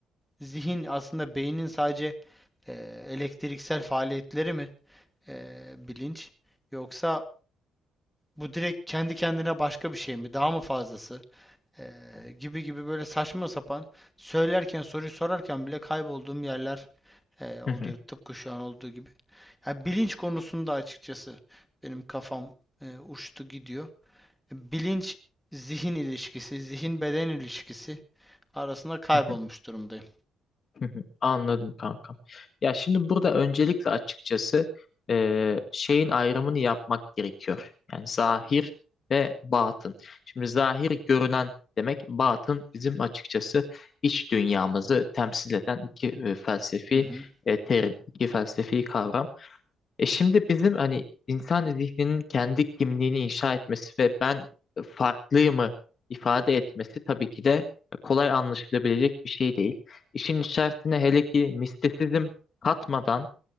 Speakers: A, in the centre; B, on the left (about 50°).
A: zihin aslında beynin sadece e, elektriksel faaliyetleri mi e, bilinç yoksa bu direkt kendi kendine başka bir şey mi? Daha mı fazlası? Eee, gibi gibi böyle saçma sapan söylerken soruyu sorarken bile kaybolduğum yerler eee, oluyor
B: hı hı,
A: tıpkı şu an olduğu gibi. Ya bilinç konusunda açıkçası benim kafam eee, uçtu gidiyor. Bilinç zihin ilişkisi, zihin beden ilişkisi arasında kaybolmuş
B: hı hı,
A: durumdayım.
B: hı hı. Anladım kankam. Ya şimdi burada öncelikle açıkçası e, şeyin ayrımını yapmak gerekiyor. Yani zahir ve batın. Şimdi zahir görünen demek, batın bizim açıkçası iç dünyamızı temsil eden iki e, felsefi
A: Hı hı,
B: e, terim, iki felsefi kavram. E şimdi bizim hani insan zihninin kendi kimliğini inşa etmesi ve ben farklıyımı ifade etmesi tabii ki de kolay anlaşılabilecek bir şey değil. İşin içerisine hele ki mistisizm katmadan